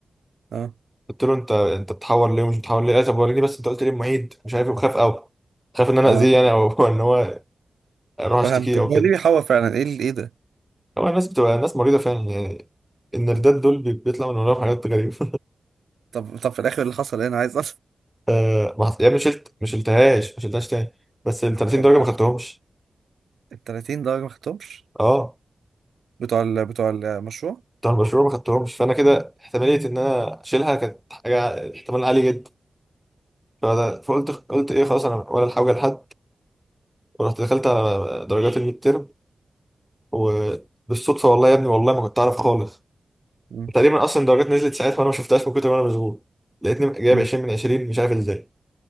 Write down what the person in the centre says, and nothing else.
قلت له انت انت بتحور ليه ومش بتحور ليه قال لي طب وريني بس انت قلت ليه المعيد مش عارف ايه وخاف قوي خاف ان انا
اذيه يعني او <laughs> ان هو اروح اشتكيه
او كده
هو الناس بتبقى ناس مريضه فعلا يعني النردات
دول بي- بيطلع من وراهم حاجات غريبه
<laughs> آه، ما حط- يعني مش شلت مش شلتهاش ما شلتهاش تاني بس ال 30
درجه
ما خدتهمش
اه
بتوع المشروع ما خدتهمش فانا كده احتماليه ان انا اشيلها كانت حاجه احتمال عالي جدا فده- فقلت قلت ايه خلاص انا ولا الحاجه لحد ورحت دخلت على درجات الميد ترم و بالصدفة والله يا ابني والله ما كنت أعرف خالص
تقريبا اصلا درجات نزلت ساعتها وانا ما شفتهاش من كتر ما انا مشغول لقيتني جايب
20 من 20 مش عارف ازاي